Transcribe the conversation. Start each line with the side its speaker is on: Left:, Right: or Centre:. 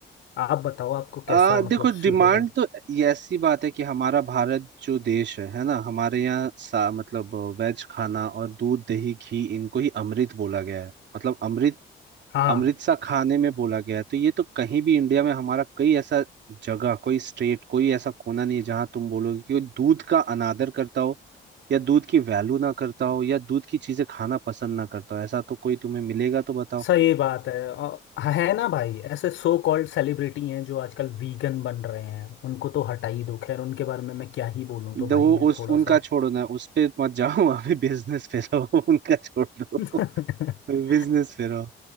Left: आप बताओ आपको
Right: आ,
Left: कैसा मतलब
Right: देखो डिमांड
Left: सूटेबल
Right: तो ये ऐसी बात है कि हमारा भारत जो देश है है ना हमारे यहाँ सा मतलब वेज खाना और दूध दही घी इनको ही अमृत बोला गया है मतलब अमृत
Left: हाँ
Right: अमृत सा खाने में बोला गया है तो ये तो कहीं भी इंडिया में हमारा कई ऐसा जगह कोई स्टेट कोई ऐसा कोना नहीं है जहाँ तुम बोलोगे कि दूध का अनादर करता हो या दूध की वैल्यू ना करता हो या दूध की चीजें खाना पसंद ना करता हो ऐसा तो कोई तुम्हें मिलेगा तो बताओ
Left: सही बात है अ, है ना भाई ऐसे सो कॉल्ड सेलिब्रिटी हैं जो आजकल वीगन बन रहे हैं उनको तो हटा ही दो खैर उनके बारे में मैं क्या ही बोलूं तो
Right: दो
Left: भाई
Right: वो
Left: मैं
Right: उस
Left: थोड़ा
Right: उनका
Left: सा
Right: छोड़ो ना उस पे मत जाओ <laughs> अभी बिजनेस पे रहो <laughs> उनका छोड़ दो
Left: <laughs>
Right: बिजनेस पे रहो